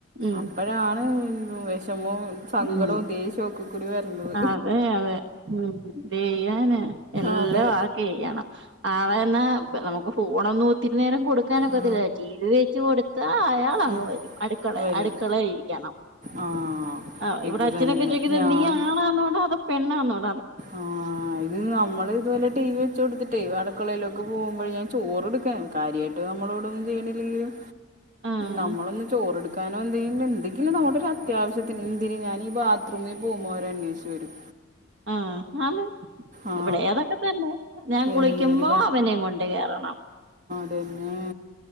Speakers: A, on the right; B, on the right.
A: ഉം
B: അപ്പോഴാണ് വിഷമവും സങ്കടവും
A: ഉം
B: ദേഷ്യവും ഒക്കെ കൂടി വരുന്നത്
A: അതെ അതെ ഉം ചെയ്യാന് എല്ലാം
B: അതെ
A: ആക്കി ചെയെയ്യണം ആളന്നാ അപ്പ നമുക്ക് ഫോണൊന്നും ഒത്തിരി നേരം കൊടുക്കാനൊക്കത്തില്ല
B: ആ,
A: ടി വി വെച്ച് കൊടുത്താ അയാൾ അങ്
B: ആ,
A: വരും അള
B: വരും
A: അടുക്കളായിരിക്കണം
B: ആ
A: ആഹ് ഇവിടെ
B: ഇത്
A: അഛനക്ക
B: തന്നെ
A: ചോദിക്കത്
B: ഞാൻ
A: നീ ആളാന്നോണ്ടോ അത പെണ്ണന്നോണ്ടോ
B: ആ ഇത് നമ്മള് ഇതുപോല ടി വി വച്ച കൊടുത്തിട്ടേ അടക്കളയിലൊക്കെ പോകുമ്പോ ഞാൻ ചോറ്ടുക്കൻ കാര്യമായിട്ട് നമ്മളോവിടന്നും ചെയ്യണില്ലെിലും
A: ആഹ്
B: നമ്മളൊന്ന് ചോറെടുക്കാനോ എന്ത ചെയ്യ എന്തെങ്കിലും നമ്മുടെ അത്യാവശ്യത്തിന് എന്തിനന് ഞാൻ ഈ ബാത്റൂമിൽ പോകുമ്പോര അന്വേഷിച്ചു വരും
A: ആഹ് ആന്ന്-
B: ആ
A: ഇവിടെ ഏതൊക്കെ തന്നെ ഞാൻ കുളിക്കുമ്പോ
B: എന്തൊരു
A: അവനെയും കൊണ്ട് കേയറണം
B: പിന്നെ